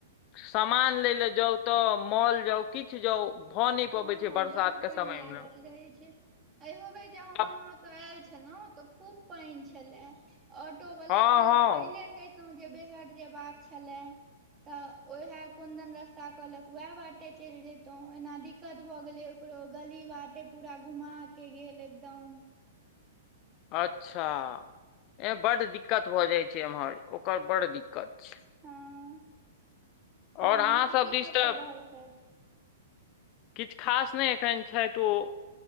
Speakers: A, on the left (about 40°); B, on the right (about 25°).
A: समान लै ला जाउ त, मॉल जाउ किछु जाउ, भऽ नहि
B: हँ,
A: पबै छै बरसात
B: बड
A: के
B: पानि
A: समय
B: लागल
A: मे
B: रहै छै, अयो बेर जे हम,
A: हँ
B: अहाँ ओत आयल छलहुँं, त खूब पानि छले।, ऑटो वला
A: हँ
B: कहलक, जे पहिले कहितहुँ, जे बेहट जेबाक छले त, ओएह कोनदन रस्ता कहलक, वैह बाटे चलि जइतौं। ओना दिकत भ गेलै ओकरो, गली बाटे पूरा घुमा के गेल एकदम
A: अच्छा, एह बड दिकत भ जाइ छै एमहर, ओकर बड दिकत छै।
B: हँ, और
A: आओर अहाँ
B: मौसी की
A: दिस
B: सब
A: तऽ
B: क रहल छथि।
A: किछु खास नहि एखन छथि ओ,